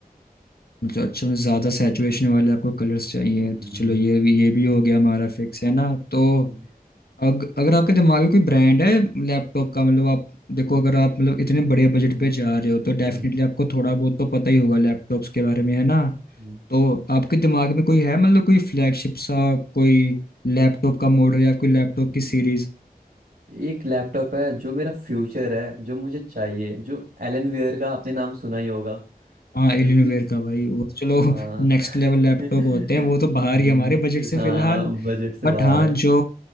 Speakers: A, on the left (about 75°); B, on the right (about 80°).
A: मतलब अच्छा मतलब ज्यादा सैचुरेशन वाले आपको कलर्स चाहिए
B: हम्म
A: तो चलो ये भी ये भी हो गया हमारा फिक्स है ना तो
B: हम्म,
A: अग, अगर आपके दिमाग में कोई ब्रांड है लैपटॉप का मतलब आप देखो अगर आप मतलब इतने बड़े बजट
B: हम्म,
A: पे जा रहे हो तो डेफिनेटली
B: हम्म,
A: आपको थोड़ा बहुत तो पता ही होगा लैपटॉप्स के बारे में है ना
B: हम्म,
A: तो आपके दिमाग में कोई है मतलब कोई फ्लैगशिप सा कोई लैपटॉप का मॉडल या कोई लैपटॉप की सीरीज
B: हम्म। एक लैपटॉप है जो मेरा फ्यूचर है जो मुझे चाहिए जो एलन वेयर का आपने नाम सुना ही होगा
A: हाँ एलियन
B: जो कि
A: वेयर का भाई वो चलो <laughs>
B: हाँ
A: नेक्स्ट लेवल
B: <laughs>
A: लैपटॉप
B: हम्म,
A: होते हैं वो तो बाहर ही हमारे बजट से
B: हाँ
A: फिलहाल
B: बजट से
A: बट
B: बाहर
A: हाँ जो